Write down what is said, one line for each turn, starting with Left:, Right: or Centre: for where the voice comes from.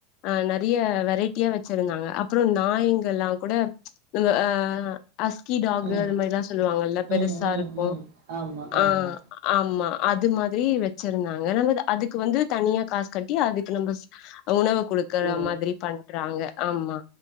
Left: அ நெறைய வெரைட்டியா வெச்சிருந்தாங்க அப்பறோ நாய்ங்கெல்லாங் கூட இந்த அ அஸ்கி டாகு
Right: ம்
Left: அது மேரிலா சொல்லுவாங்கல்லப் பெருசா
Right: ம் ம்
Left: இருக்கு
Right: ம் ஆமா ஆமா
Left: ஆ ஆமா அது மாதிரி வெச்சிருந்தாங்க நம்மது அதுக்கு வந்து தனியா காச் கட்டி அதுக்கு நம்மச் உணவு குடுக்கற
Right: ஓ
Left: மாதிரி பண்றாங்க ஆமா